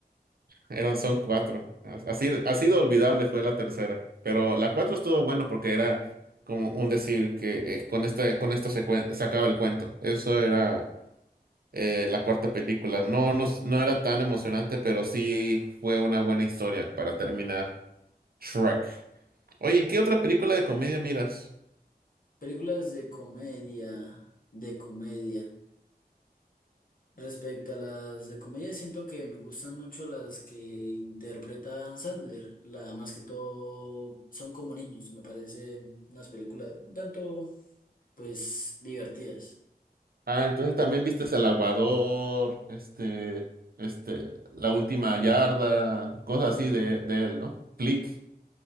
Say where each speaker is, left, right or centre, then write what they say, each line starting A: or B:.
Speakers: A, on the right (about 65°); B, on the left (about 60°).
A: Eran, son cuatro. As- Así, así de olvidable fue la tercera. Pero la 4 estuvo bueno porque era como un decir que eh, con este, con esto se, cuen- se acaba el cuento. Eso era eh, la cuarta película. No, no, no era tan emocionante, pero sí fue una buena historia para terminar Shrek. Oye, ¿qué otra película de comedia miras?
B: Películas de comedia, de comedia. Respecto a las de comedia, siento que me gustan mucho las que interpreta Adam Sandler. La más que todo son como niños, me parecen unas películas un tanto, pues, divertidas.
A: Ah, entonces también viste El Aguador, este, este, La Última Yarda, cosas así de, de él, ¿no? Click.